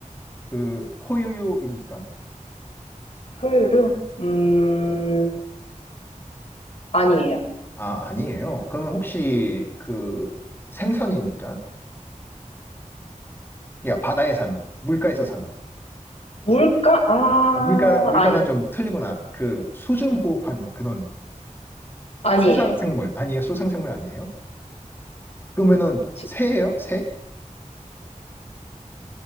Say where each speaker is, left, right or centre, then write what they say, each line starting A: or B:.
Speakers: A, on the left; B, on the left.
A: 그 포유류입니까?
B: 포유류? 음, 아니에요.
A: 아, 아니에요. 그러면 혹시 그 생선입니까? 야, 바다에 사는, 물가에서 사는.
B: 물가? 아,
A: 물가, 물가는
B: 아니,
A: 좀 틀리구나. 그 수중 호흡하는 그런
B: 아니에요.
A: 수상생물. 아니에요. 수상생물 아니에요? 그러면은
B: 새
A: 새예요? 새?